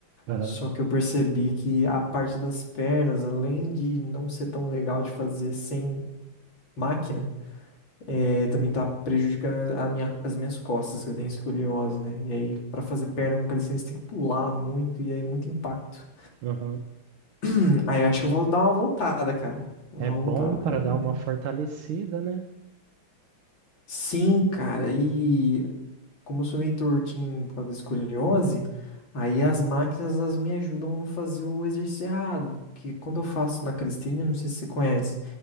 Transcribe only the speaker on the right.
Aham,
aham.
É
bom
para
dar uma fortalecida, né?